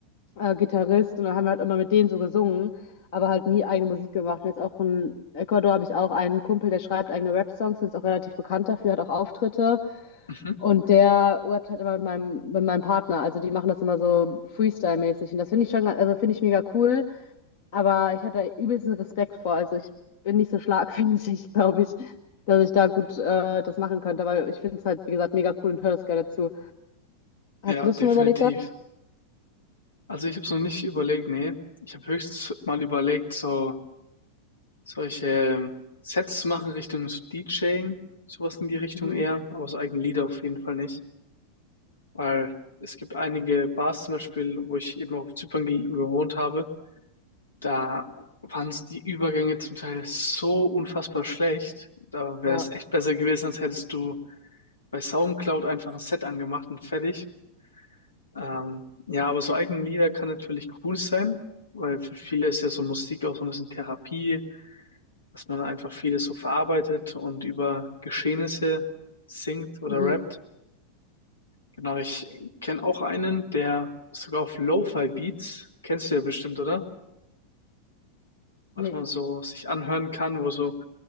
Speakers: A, on the left; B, on the left.
A: äh, Gitarrist und dann haben wir halt immer mit denen so gesungen, aber halt nie eigene Musik gemacht. Und jetzt auch in Ecuador habe ich auch einen Kumpel, der schreibt eigene Rap-Songs, ist auch relativ bekannt dafür, hat auch Auftritte.
B: Mhm.
A: Und der rappt halt immer mit meinem, mit meinem Partner. Also die machen das immer so Freestyle-mäßig. Und das finde ich schon, also finde ich mega cool. Aber ich habe da übelsten Respekt vor. Also ich bin nicht so schlagfertig, <laughs> glaube ich, dass ich da gut äh, das machen könnte. Aber ich finde es halt, wie gesagt, mega cool und höre das gerne zu. Hast
B: Ja,
A: du das
B: definitiv.
A: schon mal überlegt gehabt?
B: Also ich habe es noch nicht überlegt, nee. Ich habe höchstens mal überlegt, so solche ähm, Sets zu machen Richtung so DJing, sowas in die Richtung
A: Mhm.
B: eher, aber so eigene Lieder auf jeden Fall nicht. Weil es gibt einige Bars zum Beispiel, wo ich eben auf Zypern ge- gewohnt habe, da waren so die Übergänge zum Teil so unfassbar schlecht. Da wäre
A: Ja.
B: es echt besser gewesen, als hättest du bei SoundCloud einfach ein Set angemacht und fertig. Ähm, ja, aber so eigene Lieder kann natürlich cool sein, weil für viele ist ja so Musik auch so ein bisschen Therapie, dass man einfach vieles so verarbeitet und über Geschehnisse singt oder
A: Mhm.
B: rappt. Genau, ich kenne auch einen, der sogar auf Lo-Fi-Beats, kennst du ja bestimmt, oder? Was
A: Nee.
B: man so sich anhören kann, wo so